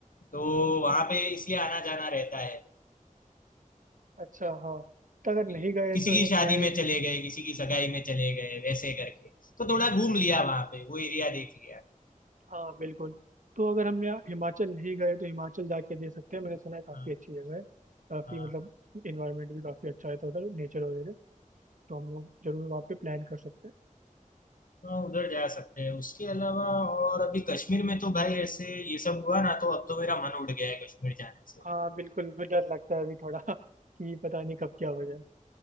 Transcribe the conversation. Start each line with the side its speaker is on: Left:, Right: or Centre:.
Left: तो वहां पे इसलिए आना जाना रहता है
Right: अच्छा हाँ तो अगर
Left: कि-
Right: नहीं गए
Left: किसी
Right: तो है
Left: की
Right: ना
Left: शादी
Right: शायद
Left: में चले गए किसी की सगाई में चले गए वैसे करके तो थोड़ा घूम लिया वहां पे वो एरिया देख लिया
Right: हाँ बिल्कुल तो अगर हमने यहाँ हिमाचल नहीं गए तो हिमाचल जाके दे सकते हैं मैंने सुना है काफ़ी
Left: हाँ
Right: अच्छी जगह है काफ़ी
Left: हाँ
Right: मतलब इन्वायरमेंट भी काफ़ी अच्छा है तो उधर नेचर वगैरह तो हम लोग जरूर वहाँ पे प्लान कर सकते हैं
Left: हाँ, उधर जा सकते हैं उसके अलावा और अभी कश्मीर में तो भाई ऐसे ये सब हुआ ना तो अब तो मेरा मन उड़ गया है कश्मीर जाने से
Right: हाँ बिल्कुल मुझे डर लगता है अभी थोड़ा <laughs> कि पता नहीं कब क्या हो जाए